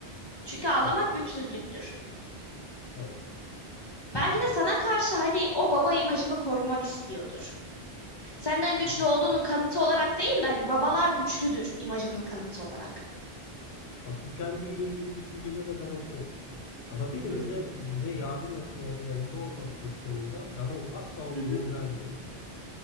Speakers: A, on the left; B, on the left.
A: Çünkü ağlamak
B: Evet,
A: güçsüzlüktür.
B: evet.
A: Belki de sana karşı hani o baba imajını korumak istiyordur.
B: İşte,
A: Senden
B: işte
A: güçlü
B: bu
A: olduğunun
B: sıkıntı.
A: kanıtı olarak değil de hani babalar güçlüdür imajının kanıtı olarak.
B: Bak bu kendiyle ilgili düşüncelerine ben okeyim. Ama
A: Hı
B: bir
A: hı
B: de bize bize yardım etme ya da yanında olma pozisyonunda bana o- asla o
A: hı
B: güveni
A: hı.
B: vermiyor mesela.